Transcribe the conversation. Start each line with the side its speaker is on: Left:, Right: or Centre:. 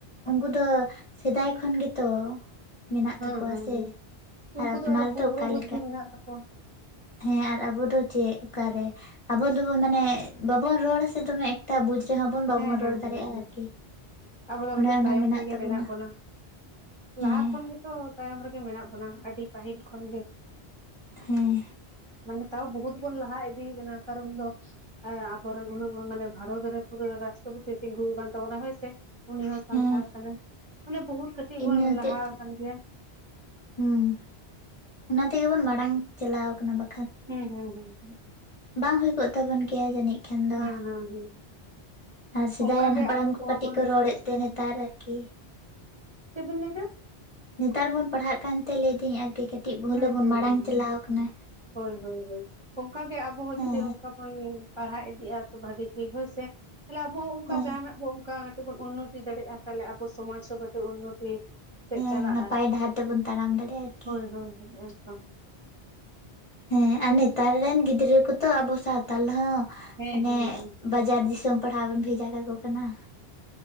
Left: ᱩᱱᱠᱩ ᱫᱚ ᱥᱮᱫᱟᱭ ᱠᱷᱚᱱ ᱜᱮᱛᱚ ᱢᱮᱱᱟᱜ
Right: ᱦᱮᱸ
Left: ᱛᱟᱠᱚᱣᱟ
Right: ᱦᱮᱸ
Left: ᱥᱮ
Right: ᱦᱮᱸ ᱩᱱᱠᱩ
Left: ᱟᱨ ᱟᱯᱱᱟᱨ
Right: ᱫᱚ ᱟᱨᱚ ᱠᱩᱢᱲᱩ
Left: ᱚᱠᱟ
Right: ᱵᱩᱫᱽᱫᱷᱤ
Left: ᱞᱮᱠᱟ
Right: ᱢᱮᱱᱟᱜ ᱛᱟᱠᱚᱣᱟ
Left: ᱦᱮᱸ ᱟᱨ ᱟᱵᱚ ᱫᱚ ᱪᱮᱫ ᱚᱠᱟᱨᱮ ᱟᱵᱚ ᱫᱚᱵᱚ ᱢᱟᱱᱮ ᱵᱟᱵᱚᱱ ᱨᱚᱲᱟ ᱥᱮ ᱫᱚᱢᱮ ᱮᱟᱜ ᱵᱩᱡ ᱨᱮᱦᱚᱸ ᱵᱚᱱ ᱵᱟᱵᱚᱱ
Right: ᱦᱮᱸ ᱦᱮᱸ
Left: ᱨᱚᱲ ᱫᱟᱲᱮᱭᱟᱜᱼᱟ
Right: ᱦᱮᱸ ᱦᱮᱸ
Left: ᱟᱨᱠᱤ
Right: ᱟᱵᱚ ᱫᱚ
Left: ᱚᱱᱮ
Right: ᱠᱟᱹᱴᱤᱡ
Left: ᱚᱱᱟ
Right: ᱛᱟᱭᱚᱢ ᱨᱮᱜᱮ
Left: ᱛᱟᱵᱚᱱᱟ
Right: ᱢᱮᱱᱟᱜ ᱵᱚᱱᱟ
Left: ᱦᱮᱸ
Right: ᱞᱟᱦᱟ ᱠᱷᱚᱱ ᱜᱮ ᱛᱚ ᱛᱟᱭᱚᱢ ᱨᱮᱜᱮ ᱢᱮᱱᱟᱜ ᱵᱚᱱᱟ ᱟᱹᱰᱤ ᱯᱟᱹᱦᱤᱞ ᱠᱷᱚᱱ ᱜᱮ
Left: ᱦᱮᱸ
Right: ᱢᱟᱱᱮ ᱛᱟᱣ ᱵᱚᱦᱩᱛ ᱵᱚᱱ ᱞᱟᱦᱟ ᱤᱫᱤᱭ ᱠᱟᱱᱟ ᱠᱟᱨᱚᱱ ᱫᱚ ᱟᱵᱚᱨᱮᱱ ᱩᱱᱟᱜ ᱢᱟᱱᱮ ᱵᱷᱟᱨᱚᱛ ᱨᱮ ᱯᱩᱨᱟᱹ ᱨᱟᱥᱴᱨᱚᱯᱚᱛᱤ ᱛᱤᱸᱜᱩ ᱟᱠᱟᱱ ᱛᱟᱵᱚᱱᱟ ᱦᱳᱭᱥ ᱩᱱᱤ ᱦᱚᱸ ᱥᱟᱱᱛᱟᱲ
Left: ᱦᱮᱸ
Right: ᱠᱟᱱᱟᱭ ᱢᱟᱱᱮ ᱵᱚᱦᱩᱛ ᱠᱟᱹᱴᱤᱡ ᱠᱟᱴᱤᱠ
Left: ᱤᱱᱟᱹ
Right: ᱵᱚᱱ
Left: ᱦᱚᱛᱮᱡ
Right: ᱞᱟᱦᱟ
Left: ᱛᱮ
Right: ᱟᱠᱟᱱ ᱜᱮᱭᱟ
Left: ᱦᱩᱸ ᱚᱱᱟ ᱛᱮᱜᱮ ᱵᱚᱱ ᱢᱟᱲᱟᱝ ᱪᱟᱞᱟᱣ ᱠᱟᱱᱟ ᱵᱟ
Right: ᱦᱩᱸ ᱦᱩᱸ ᱦᱩᱸ ᱦᱩᱸ
Left: ᱵᱟᱝ ᱦᱩᱭ ᱠᱚᱜ ᱛᱟᱵᱚᱱ ᱜᱮᱭᱟ ᱡᱟᱹᱱᱤᱡ ᱠᱷᱟᱱ ᱫᱚ
Right: ᱦᱮᱸ ᱦᱮᱸ ᱦᱮᱸ
Left: ᱟᱨ ᱥᱮᱫᱟᱭ
Right: ᱚᱱᱠᱟᱜᱮ
Left: ᱨᱮᱱ ᱦᱟᱯᱲᱟᱢ
Right: ᱟᱵᱚ
Left: ᱠᱚ
Right: ᱠᱚᱦᱚᱸ
Left: ᱠᱟᱹᱴᱤᱡ
Right: ᱵᱚᱱ
Left: ᱠᱚ ᱨᱚᱲᱮᱫ
Right: ᱪᱮᱥᱴᱟᱭᱟ
Left: ᱛᱮ ᱱᱮᱛᱟᱨ ᱟᱨᱠᱤ
Right: ᱪᱮᱫᱵᱤᱱ ᱞᱟᱹᱭ ᱮᱫᱟ
Left: ᱱᱮᱛᱟᱨ ᱵᱚᱱ ᱯᱟᱲᱦᱟᱜ ᱠᱟᱱᱛᱮ ᱞᱟᱹᱭ ᱫᱟᱹᱧ ᱟᱨᱠᱤ ᱠᱟᱹᱴᱤᱡ ᱵᱷᱩᱞ
Right: ᱦᱮᱸ
Left: ᱵᱚᱱ
Right: ᱦᱮᱸ
Left: ᱢᱟᱲᱟᱝ
Right: ᱦᱮᱸ
Left: ᱪᱟᱞᱟᱣ ᱠᱟᱱᱟ
Right: ᱦᱳᱭ ᱦᱳᱭ ᱦᱳᱭ ᱚᱱᱠᱟᱜᱮ ᱟᱵᱚ ᱦᱚᱸ
Left: ᱦᱮᱸ
Right: ᱡᱩᱫᱤ ᱚᱱᱠᱟ ᱵᱚᱱ ᱯᱟᱲᱦᱟᱣ ᱤᱫᱤᱜᱼᱟ ᱛᱚ ᱵᱷᱟᱹᱜᱤ ᱴᱷᱤᱠ ᱦᱳᱭᱥᱮ ᱛᱟᱦᱚᱞᱮ ᱟᱵᱚ ᱦᱚᱸ ᱚᱱᱠᱟ
Left: ᱦᱮᱸ
Right: ᱡᱟᱦᱟᱱᱟᱜ ᱵᱚᱱ ᱚᱱᱠᱟ ᱠᱟᱹᱴᱤᱡ ᱵᱚᱱ ᱩᱱᱚᱛᱤ ᱫᱟᱲᱮᱭᱟᱜᱼᱟ ᱛᱟᱦᱚᱞᱮ ᱟᱵᱚ ᱥᱚᱢᱟᱡᱽ ᱦᱚᱸ ᱠᱟᱹᱴᱤᱡ ᱩᱱᱚᱛᱤ ᱥᱮᱫ
Left: ᱦᱮᱸ
Right: ᱪᱟᱞᱟᱜᱼᱟ
Left: ᱱᱟᱯᱟᱭ
Right: ᱟᱨᱠᱤ
Left: ᱰᱟᱦᱟᱨ ᱛᱮᱵᱚᱱ ᱛᱟᱲᱟᱢ ᱫᱟᱲᱮᱭᱟᱜᱼᱟ ᱟᱨᱠᱤ
Right: ᱦᱳᱭ ᱦᱳᱭ ᱮᱠᱫᱚᱢ
Left: ᱦᱮᱸ ᱟᱨ ᱱᱮᱛᱟᱨ ᱨᱮᱱ ᱜᱤᱫᱽᱨᱟᱹ ᱠᱚᱛᱚ ᱟᱵᱚ ᱥᱟᱶᱛᱟᱞ ᱦᱚᱸ
Right: ᱦᱮᱸ
Left: ᱦᱟᱱᱮ
Right: ᱦᱮᱸ ᱦᱮᱸ
Left: ᱵᱟᱡᱟᱨ ᱫᱤᱥᱚᱢ ᱯᱟᱲᱦᱟᱣ ᱵᱚᱱ ᱵᱷᱮᱡᱟ ᱠᱟᱠᱚ ᱠᱟᱱᱟ ᱾